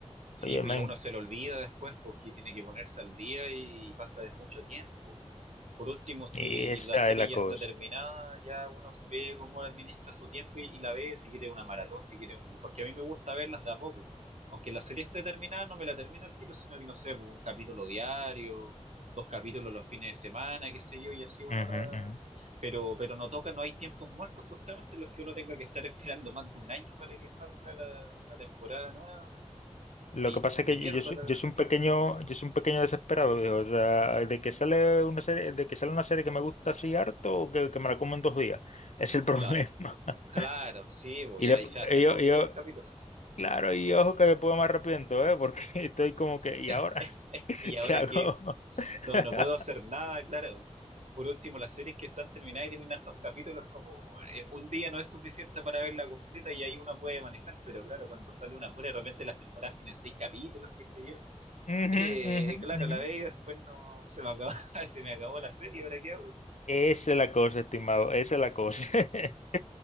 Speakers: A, on the right; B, on the left.
A: Sí,
B: Oye,
A: pues
B: men,
A: ya uno se lo olvida después porque tiene que ponerse al día y pasa de mucho tiempo. Por último, si
B: esa
A: la serie
B: es la
A: ya
B: cosa.
A: está terminada, ya uno ve cómo administra su tiempo y, y la ve si quiere una maratón, si quiere un... Porque a mí me gusta verlas de a poco. Aunque la serie esté terminada, no me la termino al tiro, sino que no sé, pues, un capítulo diario, dos capítulos los fines de semana, qué sé yo, y así uno
B: Ujú,
A: la...
B: ujú.
A: Pero, pero no toca, no hay tiempos muertos justamente en los que uno tenga que estar <laughs> esperando más de un año para que salga la, la temporada nueva
B: Lo
A: y,
B: que pasa
A: y se
B: es
A: le
B: que
A: pierda
B: yo, soy,
A: la...
B: yo soy un pequeño, yo soy un pequeño desesperado, viejo. O sea, de que sale una serie, de que sale una serie que me gusta así harto o que, que me la como en dos días. <laughs> Es el problema.
A: Claro,
B: <laughs>
A: claro, sí, pues
B: Y,
A: ya
B: de-
A: y se hacen
B: y yo,
A: poquitos
B: y yo-
A: los capítulos.
B: claro, y ojo que después me arrepiento, ¿eh? Porque <laughs> estoy como que, ¿y
A: <laughs>
B: ahora <laughs>
A: ¿Y ahora
B: qué hago?
A: qué?
B: <laughs>
A: No, no puedo hacer nada, claro. Por último, las series que están terminadas y tienen hartos capítulos, como eh, un día no es suficiente para verla completa y ahí uno puede manejar, pero claro, cuando sale una pura, de repente las temporadas tienen seis capítulos, qué sé yo. <laughs>
B: Ujú,
A: Eh,
B: ujú,
A: claro,
B: ujú.
A: la ve y después no se me acabó, <laughs> se me acabó la serie, ¿ahora qué hago?
B: Esa es la cosa, estimado, esa es la cosa. <laughs>